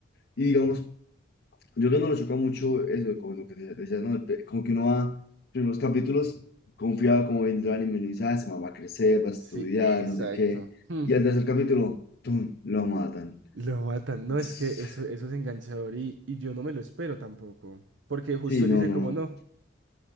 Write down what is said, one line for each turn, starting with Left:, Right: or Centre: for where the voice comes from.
Left: Y digamos,
Right: Sí.
Left: Yo creo que no lo choca mucho eso, como lo que te decía, ¿no? El pe- Como que uno va, primeros capítulos, confiado como viendo el anime, uno dice, ah, se va a crecer, va a estudiar,
Right: Sí, exacto.
Left: no sé qué.
Right: Hmm.
Left: Y al tercer capítulo, ¡tum! lo matan.
Right: Lo matan.
Left: Entonces,
Right: No, es que eso, eso es enganchador y, y yo no me lo espero tampoco. Porque justo
Left: sí,
Right: él
Left: no,
Right: dice
Left: no,
Right: como no,